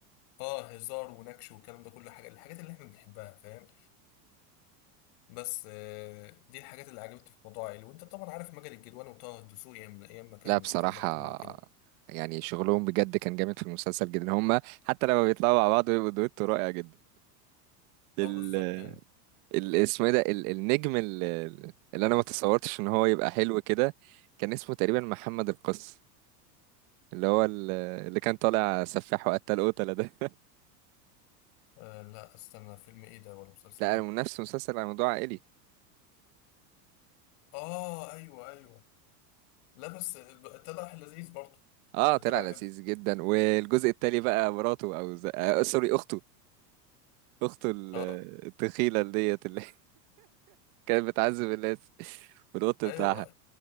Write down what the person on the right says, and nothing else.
لا بصراحة
يعني شغلهم بجد كان جامد في المسلسل جدا هما حتى لما بيطلعوا مع بعض بيبقوا دويتو رائع جدا ال
ال- اسمه ايه ده ال- النجم ال- ال- اللي انا ما تصورتش ان هو يبقى حلو كده كان اسمه تقريبا محمد القس اللي هو ال- اللي كان طالع سفاح وقتل قتلة ده <laughs>
لا
انا نفس مسلسل على موضوع عائلي
اه
طلع
لذيذ
جدا والجزء التالي بقى مراته او ز... آه سوري اخته اخته ال-
التخيلة اللي ديت اللي <laughs> كانت بتعذب الناس <laughs> والقط
بتاعها